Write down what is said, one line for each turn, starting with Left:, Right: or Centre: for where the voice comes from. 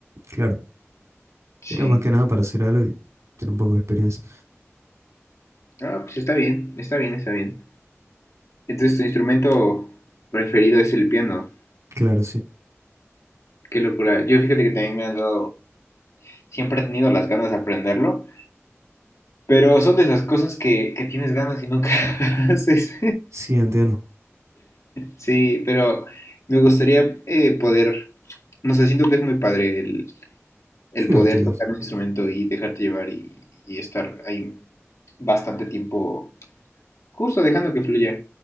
Right: Claro,
Left: Sí.
Right: era más que nada para hacer algo y tener un poco de experiencia.
Left: Ah, pues está bien, está bien, está bien. Entonces, tu instrumento preferido es el piano.
Right: Claro, sí.
Left: Qué locura. Yo fíjate que también me han dado, siempre he tenido las ganas de aprenderlo, pero son de esas cosas que, que tienes ganas y nunca <laughs> haces.
Right: Sí, entiendo.
Left: Sí, pero me gustaría eh, poder, no sé, siento que es muy padre el, el
Right: Es divertido.
Left: poder tocar un instrumento y dejarte llevar y, y estar ahí bastante tiempo, justo dejando que fluya.